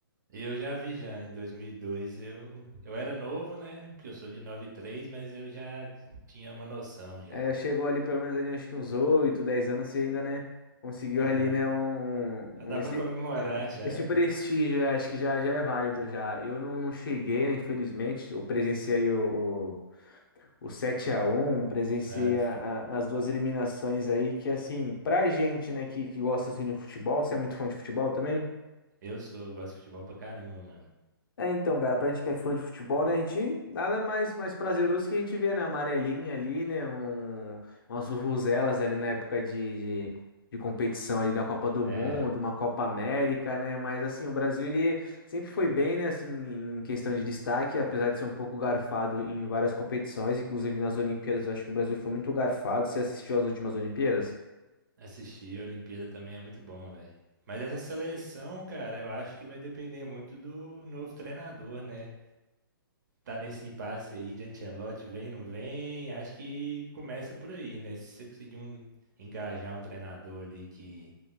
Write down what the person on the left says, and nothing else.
É, chegou ali pelo menos ali, acho que uns 8 10 anos, você ainda, né, conseguiu
ali, né, um,
um- esse,
esse
prestígio, é, acho que já, já é válido já. Eu não, não cheguei, né, infelizmente, eu presenciei o o sete a um, presenciei
a- a- as duas eliminações aí, que assim, pra gente, né, que, que gosta assim de futebol, você é muito fã de futebol também?
É, então, cara, pra gente que é fã de futebol, né, a gente, nada mais, mais prazeroso que a gente vê, né, a amarelinha ali, né, um, umas vuvuzelas ali na época de, de, de competição ali da Copa do
Mundo, uma Copa América, né, mas assim, o Brasil, ele sempre foi bem, né, assim, em questão de destaque, apesar de ser um pouco garfado em várias competições, inclusive nas Olimpíadas, eu acho que o Brasil foi muito garfado, você assistiu às últimas Olimpíadas?